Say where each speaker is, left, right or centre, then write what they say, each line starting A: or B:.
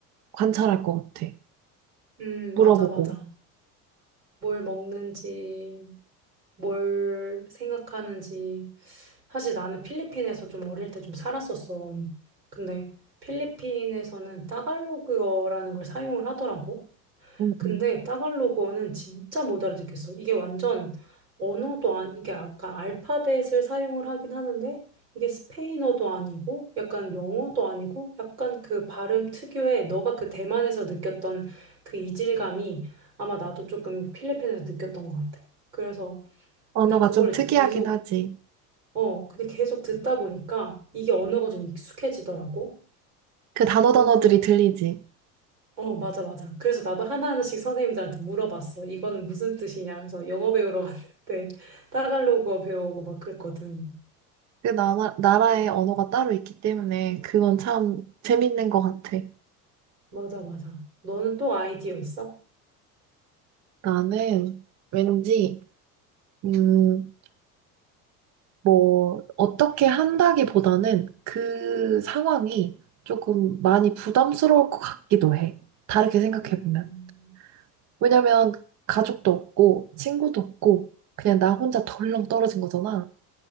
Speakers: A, on the right (about 35°); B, on the right (about 85°).
A: 관찰할 것 같아.
B: 음,
A: 물어보고.
B: 맞아, 맞아. 뭘 먹는지, 뭘 생각하는지. 사실 나는 필리핀에서 좀 어릴 때 좀 살았었어. 근데 필리핀에서는 따갈로그어라는 걸 사용을 하더라고.
A: 음,
B: 근데
A: 음.
B: 따갈로그어는 진짜 못 알아듣겠어. 이게 완전 언어도 아니, 이게 아까 알파벳을 사용을 하긴 하는데 이게 스페인어도 아니고 약간 영어도 아니고 약간 그 발음 특유의 너가 그 대만에서 느꼈던 그 이질감이 아마 나도 조금 필리핀에서 느꼈던 것 같아. 그래서
A: 언어가
B: 근데 그걸
A: 좀
B: 이제
A: 특이하긴
B: 계속
A: 하지.
B: 어, 근데 계속 듣다 보니까 이게 언어가 좀 익숙해지더라고.
A: 그 단어
B: 그래서
A: 단어들이 들리지.
B: 어, 맞아, 맞아. 그래서 나도 하나하나씩 선생님들한테 물어봤어. 이거는 무슨 뜻이냐. 그래서 영어 배우러 갔는데 <laughs> 따갈로그어 배우고 막 그랬거든.
A: 그 나라, 나라의
B: 음,
A: 언어가 따로 있기 때문에 그건 참 재밌는 것 같아.
B: 맞아, 맞아. 너는 또 아이디어 있어?
A: 나는 왠지, 음, 뭐, 어떻게 한다기보다는 그 상황이 조금 많이 부담스러울 것 같기도 해. 다르게 생각해보면.
B: 음,
A: 왜냐면 가족도 없고, 친구도 없고, 그냥 나 혼자 덜렁 떨어진 거잖아.